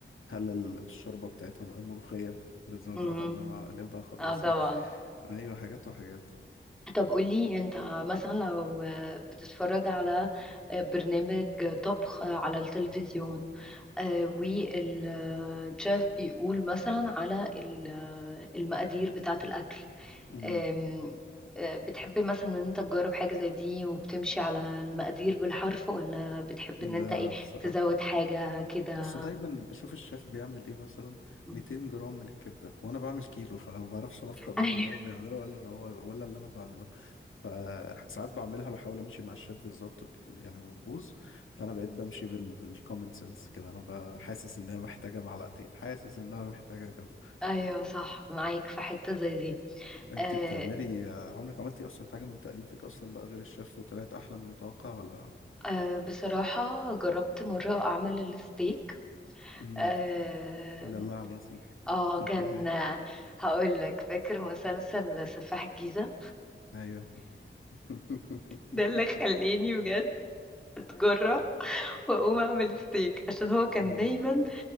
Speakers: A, on the left; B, in the centre.
A: هل ال- الشوربه بتاعتها الملوخيه لازم
B: مم.
A: ادوقها قبل ما اقلبها اخلصها
B: اه طبعا
A: ايوه حاجات وحاجات
B: طب قولي انت مثلا لو بتتفرج على برنامج طبخ على التلفزيون آه، والشيف بيقول مثلا على ال- المقادير بتاعة الأكل
A: امم
B: آم، آه، بتحب مثلا ان انت تجرب حاجة زي دي وبتمشي على المقادير بالحرف ولا بتحب
A: لا
B: ان انت ايه
A: بصراحه
B: تزود حاجة كده
A: بس دايما
B: <laughs>
A: بشوف الشيف بيعمل ايه مثلا
B: مم.
A: 200 جرام من الكبده وانا بعمل كيلو <laughs> فانا ما بعرفش اوفق بين
B: ايوه
A: اللي هو بيعمله ولا اللي هو ولا اللي انا بعمله فساعات بعملها بحاول امشي مع الشيف بالظبط ب- يعني بتبوظ فانا بقيت بمشي بال بالكومن سنس كده انا ب- حاسس انها محتاجه معلقتين حاسس انها محتاجه كذا
B: ايوه صح معاك في حته زي دي
A: انت
B: آه،
A: بتعملي عمرك عملتي اصلا حاجه من تاليفك اصلا بقى غير الشيف وطلعت احلى من المتوقع ولا
B: أه بصراحة جربت مرة أعمل الستيك
A: امم
B: اه
A: دلعني يا سيدي
B: آه،
A: <laughs>
B: كان هقول لك فاكر مسلسل سفاح الجيزة
A: ايوه <laughs>
B: ده اللي خلاني بجد اتجرأ واقوم اعمل ستيك عشان هو كان
A: امم
B: دايما